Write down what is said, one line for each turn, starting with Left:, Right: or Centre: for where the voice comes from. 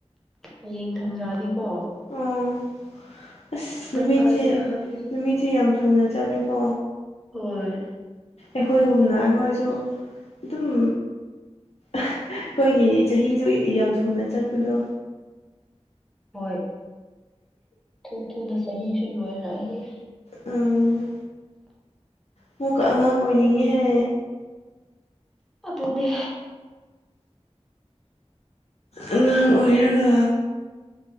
Centre: ꯍꯌꯦꯡ ꯊꯝꯖꯑꯅꯤꯀꯣ
Left: ꯑꯣ ꯑꯁ ꯅꯨꯃꯤꯠꯁꯦ
Centre: ꯐꯒꯦꯔꯥ ꯈꯪꯗꯦ
Left: ꯅꯨꯃꯤꯠꯁꯦ ꯌꯥꯝ ꯊꯨꯅ ꯆꯠꯂꯦꯀꯣ
Centre: ꯍꯣꯏ
Left: ꯑꯩꯈꯣꯏꯒꯨꯝꯅ ꯑꯩꯈꯣꯏꯁꯨ ꯑꯗꯨꯝ ꯑꯩꯈꯣꯏꯒꯤ ꯆꯍꯤꯁꯨ ꯌꯥꯝ ꯊꯨꯅ ꯆꯠꯄꯗꯣ
Centre: ꯍꯣꯏ ꯊꯨ ꯊꯨꯅ ꯆꯍꯤꯁꯨ ꯂꯣꯏꯔꯦ
Left: ꯎ ꯑꯃꯨꯛꯀ ꯑꯉꯥꯡ ꯑꯣꯏꯅꯤꯡꯉꯤꯍꯦ
Centre: ꯑꯗꯨꯅꯦ
Left: ꯑꯉꯥꯡ ꯑꯣꯏꯔꯒ